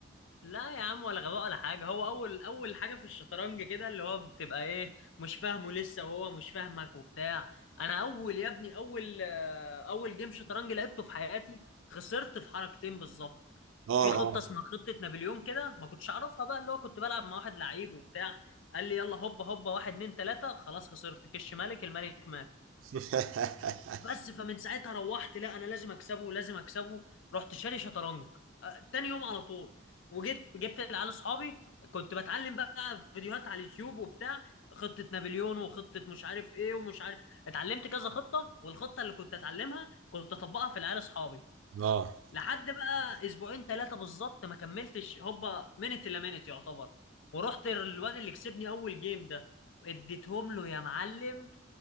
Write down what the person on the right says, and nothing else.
اه
اه
<laughs>
اه